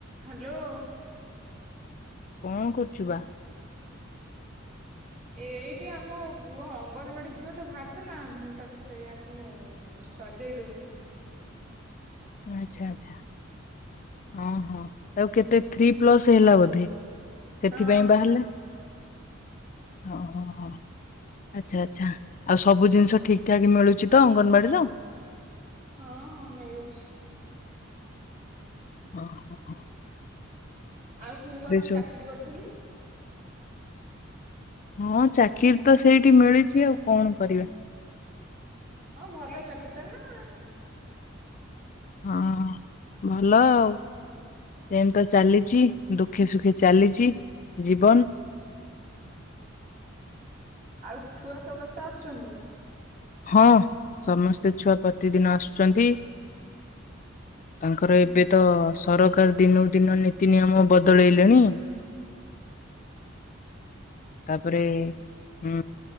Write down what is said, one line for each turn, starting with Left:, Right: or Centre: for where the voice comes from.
Right: Hello.
Left: କଣ କରୁଛୁ ବା?
Right: ଏ ଏଇଠି ଆମ ପୁଅ ଅଙ୍ଗନବାଡି ଯିବ ତ ବାହାରି ଥିଲା ମୁଁ ତାକୁ ସେଇଆକୁ ସଜେଇ ଦଉଥିଲି।
Left: ଆଛା ଆଚ୍ଛା ହଁ ହଁ ଆଉ କେତେ ଥ୍ରୀ ପ୍ଲସ୍ ହେଲା ବୋଧେ? ସେଥିପାଇଁ
Right: ହଁ
Left: ବାହାରିଲା ଓ। ଆଚ୍ଛା ଆଚ୍ଛା ଆଉ ସବୁ ଜିନିଷ ଠିକ ଠାକ ମିଳୁଛି ତ ଅଙ୍ଗନବାଡିରୁ?
Right: ହଁ ହଁ ମିଳୁଛି।
Left: ଓ ହୋ।
Right: ଆଉ ତୁ ବା କଣ
Left: ସବୁ
Right: ଚାକିରି
Left: ତ-
Right: କରିଥିଲୁ?
Left: ହଁ ଚାକିରି ତ ସେଇଠି ମିଳିଛି ଆଉ କଣ କରିବା।
Right: ଓ ହଁ ଭଲ ଚାକିରି ଟା ନା?
Left: ହଁ ଭଲ ଆଉ। ସେମ ତ ଚାଲିଛି ଦୁଃଖେ ସୁଖେ ଚାଲିଛି ଜୀବନ।
Right: ଆଉ ଛୁଆ ସମସ୍ତେ ଆସୁଛନ୍ତି?
Left: ହଁ ସମସ୍ତେ ଛୁଆ ପ୍ରତିଦିନ ଆସୁଛନ୍ତି। ତାଙ୍କର
Right: ହଁ
Left: ଏବେ ତ ସରକାର ଦିନକୁ ଦିନ ନୀତି ନିୟମ ବଦଳେଇଲେଣି। ତାପରେ ହୁଁ